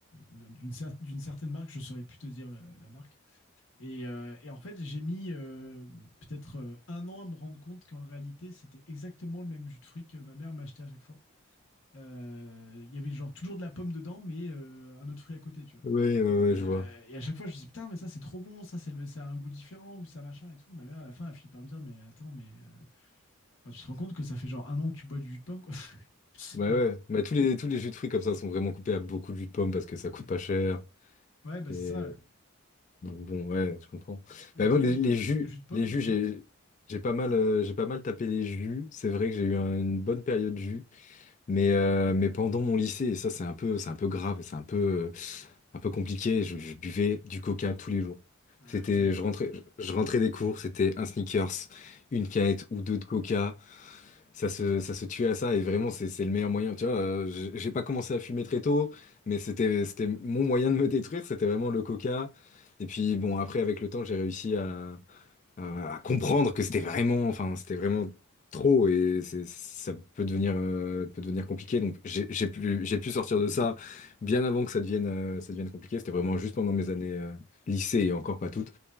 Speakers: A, on the left; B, on the left.
A: de- d'une cer- d'une certaine marque, je saurais plus te dire la, la marque. Et, euh, et en fait, j'ai mis euh, peut-être euh, un an à me rendre compte qu'en réalité, c'était exactement le même jus de fruits que ma mère m'achetait à chaque fois. Euh, Il y avait genre toujours de la pomme dedans, mais euh, un autre fruit à côté, tu vois.
B: ouais, ouais,
A: Et,
B: ouais,
A: euh,
B: je vois.
A: et à chaque fois, je dis putain, mais ça c'est trop bon, ça c'est le, ça a un goût différent ou ça machin et tout. Ma mère à la fin, elle finit par me dire, mais attends, mais euh, enfin, tu te rends compte que ça fait genre un an que tu bois du jus de pomme, quoi. <laughs>
B: Bah
A: Et-
B: ouais, bah tous les, tous les jus de fruits comme ça sont vraiment coupés à beaucoup de jus de pomme parce que ça coûte pas cher.
A: ouais, bah
B: Et
A: c'est ça. ouais.
B: donc bon, ouais, je comprends.
A: Et
B: Bah
A: toi,
B: moi, les,
A: du
B: les
A: coup,
B: jus,
A: le jus de pomme,
B: les jus,
A: t'aimes
B: j'ai,
A: bien?
B: j'ai pas mal, euh, j'ai pas mal tapé les jus. C'est vrai que j'ai eu un- une bonne période jus. Mais, euh, mais pendant mon lycée, et ça c'est un peu, c'est un peu grave, c'est un peu, un peu compliqué, je, je buvais du coca tous les jours.
A: Ah
B: C'était,
A: ouais, terrible.
B: je rentrais, je rentrais des cours, c'était un sneakers, une canette ou deux de coca. Ça se, ça se tuait à ça et vraiment c'est, c'est le meilleur moyen. Tu vois, euh, j'ai j'ai pas commencé à fumer très tôt, mais c'était, c'était mon moyen de me détruire, c'était vraiment le coca. Et puis bon, après avec le temps, j'ai réussi à, euh, à comprendre que c'était vraiment, enfin, c'était vraiment trop et c'est- ça peut devenir, euh, peut devenir compliqué. Donc j'ai j'ai pu, j'ai pu sortir de ça bien avant que ça devienne, euh, ça devienne compliqué. C'était vraiment juste pendant mes années euh, lycée et encore pas toutes.